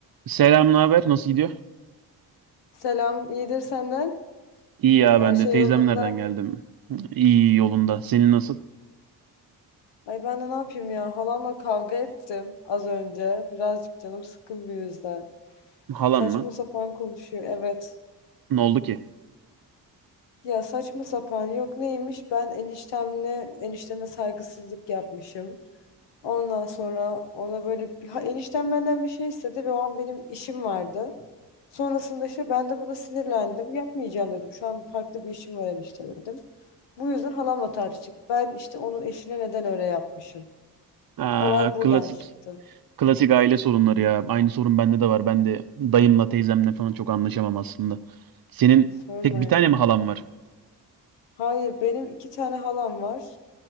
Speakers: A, on the right; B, on the left.
A: Selam, ne haber? Nasıl gidiyor?
B: Selam, iyidir senden.
A: İyi ya
B: Her
A: ben
B: şey
A: de. Teyzemlerden
B: yolunda.
A: geldim. İyi yolunda. Senin nasıl?
B: Ay ben de ne yapayım ya? Halamla kavga ettim az önce. Birazcık canım sıkkın bu yüzden.
A: Halan
B: Saçma
A: mı?
B: sapan konuşuyor, evet.
A: Ne oldu ki?
B: Ya saçma sapan yok neymiş? Ben eniştemle, enişteme saygısızlık yapmışım. Ondan sonra ona böyle bir, ha, eniştem benden bir şey istedi ve o an benim işim vardı. Sonrasında işte ben de buna sinirlendim. Yapmayacağım dedim. Şu an farklı bir işim var enişte dedim. Bu yüzden halamla tartıştık. Ben işte onun eşine neden öyle yapmışım.
A: Aa,
B: Olay buradan
A: klasik.
B: çıktı.
A: Klasik aile sorunları ya. Aynı sorun bende de var. Ben de dayımla teyzemle falan çok anlaşamam aslında. Senin
B: Sorma
A: tek bir
B: ya.
A: tane mi halan var?
B: Hayır benim iki tane halam var.